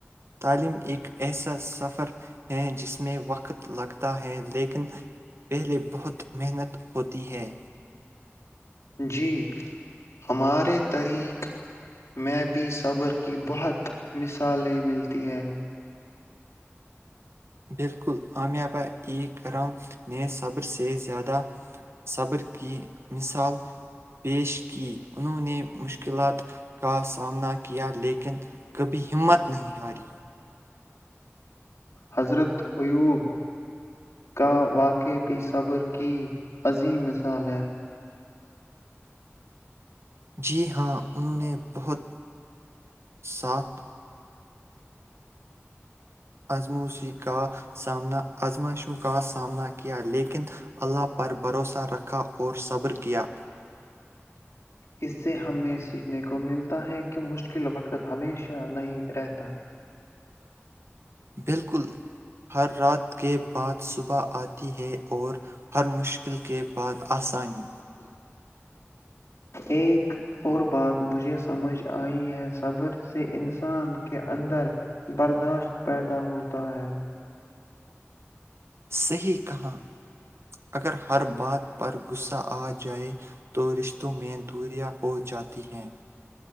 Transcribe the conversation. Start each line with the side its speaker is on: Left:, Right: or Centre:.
Right: تعلیم ایک ایسا سفر ہے جس میں وقت لگتا ہے لیکن پہلے بہت محنت ہوتی ہے
Left: جی ہمارے طرق میں بھی صبر کی بہت مثالیں ملتی ہیں
Right: بالکل اامیہبہ ایک کرام نے صبر سے زیادہ صبر کی مثال پیش کی انہوں نے مشکلات کا سامنا کیا لیکن کبھی ہمت نہیں ہاری
Left: حضرت اییوب کا واقع بھی صبر کی عظیم مثال ہے
Right: جی ہاں انہوں نے بہت ساتھ آزموسیی کا آزماشوں کا سامنا کیا لیکن اللہ پر بھروسہ رکھا اور صبر کیا
Left: اس سے ہمیں سیکھنے کو ملتا ہے کہ مشکل وقت ہمیشہ نہیں رہتا
Right: بالکل ہر رات کے بعد صبح آتی ہے اور ہر مشکل کے بعد آسانی
Left: ایک اور بات مجھے سمجھ آئی ہے صبر سے انسان کے اندر برداشت پیدا ہوتا ہے
Right: صحیح کہاں اگر ہر بات پر غصہ آ جائے تو رشتوں میں دوریاں ہو جاتی ہیں